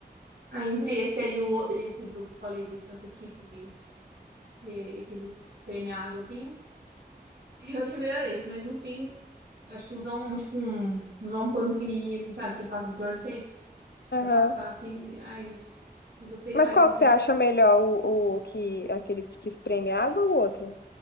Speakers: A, on the right; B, on the left.
A: ah, entre esse aí e o outro, esse do que eu falei, do que é o sequito, que, que, que ele espreme a água assim, <laughs> eu achei melhor esse. Mas no fim, eu acho que usar um, tipo, um, usar um pano pequenininho, assim, sabe, que é fácil de torcer,
B: Aham.
A: pra passar assim, ai, acho que eu gostei mais
B: Mas qual
A: no fim.
B: que você acha melhor, o, o que, aquele que espreme água ou o outro,